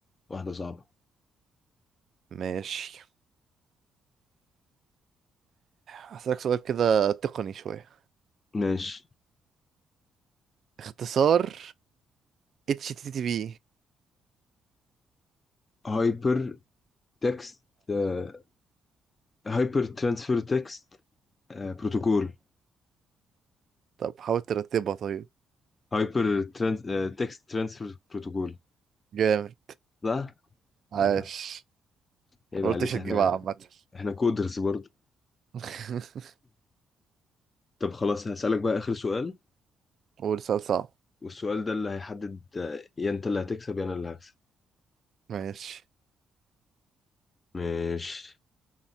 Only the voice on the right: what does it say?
ماشي هسألك سؤال كده تقني شوية
اختصار اتش تي تي بي
طب حاول ترتبها طيب
جامد
عاش
ما
قلتش هتجيبها
عامة
<laughs>
قول سؤال صعب
ماشي